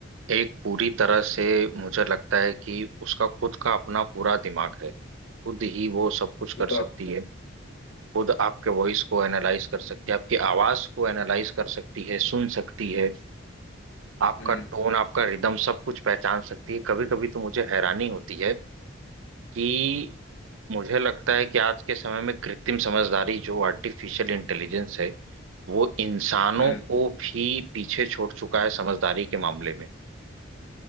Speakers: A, on the right; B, on the left.
A: एक पूरी तरह से मुझे लगता है कि उसका खुद का अपना पूरा दिमाग है खुद ही वो सब कुछ कर
B: पूरा
A: सकती है खुद आपके वॉइस को एनालाइज कर सकती है आपकी आवाज को एनालाइज कर सकती है सुन सकती है आपका
B: हम्म
A: टोन आपका रिदम सब कुछ पहचान सकती है कभी कभी तो मुझे हैरानी होती है कि मुझे लगता है कि आज के समय में कृत्रिम समझदारी जो आर्टिफिशियल इंटेलिजेंस है वो इंसानों
B: हम्म
A: को भी पीछे छोड़ चुका है समझदारी के मामले में